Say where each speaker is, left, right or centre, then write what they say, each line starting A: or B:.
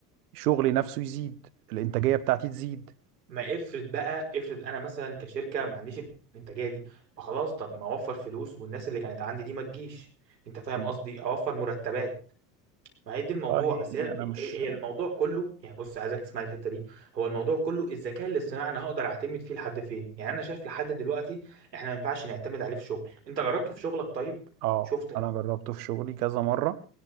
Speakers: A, on the right; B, on the right.
A: شغلي نفسه يزيد الانتاجيه بتاعتي تزيد
B: ما افرض بقى افرض انا مثلا كشركه ما عنديش الانتاجيه دي فخلاص طب ما اوفر فلوس والناس اللي كانت عندي دي ما تجيش انت فاهم
A: مم.
B: قصدي اوفر مرتبات ما هي دي الموضوع
A: والله
B: بس هي
A: انا
B: هي
A: مش
B: هي الموضوع كله يعني بص عايزك تسمعني الحته دي هو الموضوع كله الذكاء الاصطناعي انا هقدر اعتمد فيه لحد فين يعني انا شايف لحد دلوقتي احنا ما ينفعش نعتمد عليه في شغل انت جربته في شغلك طيب
A: اه
B: شفت
A: انا جربته في شغلي كذا مره